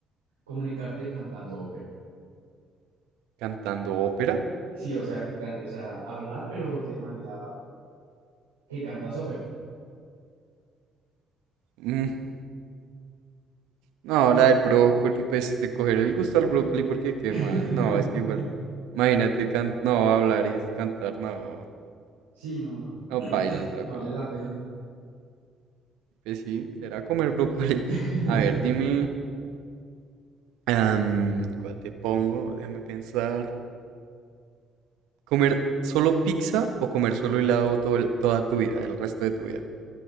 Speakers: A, on the right (about 80°); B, on the right (about 65°).
A: comunicarte cantando ópera.
B: cantando ópera.
A: Sí, o sea, que can- o sea, hablar, pero de manera que cantas ópera.
B: <laughs> No, la del brócoli, pues le coger el gusto al brócoli porque qué
A: <laughs>
B: más. No, es que igual, imagínate, can- no, hablar y cantar, no,
A: Sí, no, no,
B: no
A: <clears throat>
B: paila el brócoli,
A: no vale
B: el
A: la
B: brócoli.
A: pena.
B: Pues sí, será comer brócoli.
A: <laughs>
B: <laughs> A ver, dime, am, ¿cuál te pongo? Déjame pensar. ¿Comer solo pizza o comer solo helado todo el- toda tu vida, el resto de tu vida?